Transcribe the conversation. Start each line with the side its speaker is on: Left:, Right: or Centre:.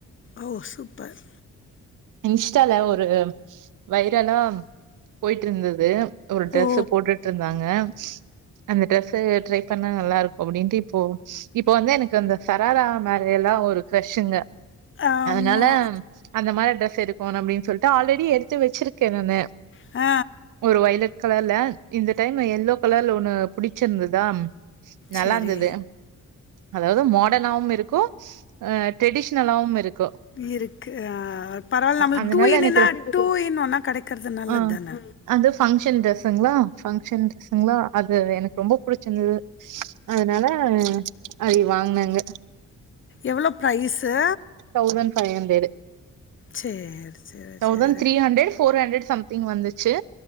Left: ஓ சூப்பர்
Right: இன்ஸ்டால ஒரு வைரலா போய்ட்டு இருந்தது ஒரு ட்ரெஸ்ஸ
Left: ஓ!
Right: போட்டுட்டு இருந்தாங்க அந்த ட்ரெஸ் ட்ரை பண்ணா நல்லா இருக்கும் அப்டின்ட்டு இப்போ இப்போ வந்து எனக்கு அந்த சராரா மேரே எல்லாம் ஒரு க்ரசிங்க
Left: ஆமா.
Right: அதனால அந்த மாதிரி டிரெஸ் இருக்கும் ஆனா அப்டின்னு சொல்லிட்டு ஆல்ரெடி எடுத்து வச்சிருக்கேன் நானு
Left: ஆ
Right: ஒரு வொய்லட் கலர்ல இந்த டைம் எல்லோ கலர்ல ஒண்ணு புடிச்சிருந்துதா நல்லாருந்தது
Left: சரி.
Right: அதாவது மாடர்னாவும் இருக்கும் ட்ரெடிஷனலாவும் இருக்
Left: இருக்கு ஆ பரவாயில்ல நம்மளுக்கு
Right: அதனால
Left: டூ இன்
Right: எனக்கு
Left: என்னா
Right: ரொ
Left: டூ இன் ஒன்னா கிடைக்கிறது நல்லது
Right: ஆ
Left: தானே
Right: அது பங்க்ஷன் டிரெஸ்ங்களா பங்ஷன் ட்ரெஸ்ங்களா அது எனக்கு ரொம்ப புடிச்சிருந்தது அதனால அது வாங்குனாங்க
Left: எவ்ளோ ப்ரைஸ்ஸ
Right: தௌசண்ட் ஃபைவ் அண்டரண்ட்டு
Left: சரி, சரி,
Right: தௌசண்ட்
Left: சரி.
Right: Three hundred four hundred something thing வந்துச்சு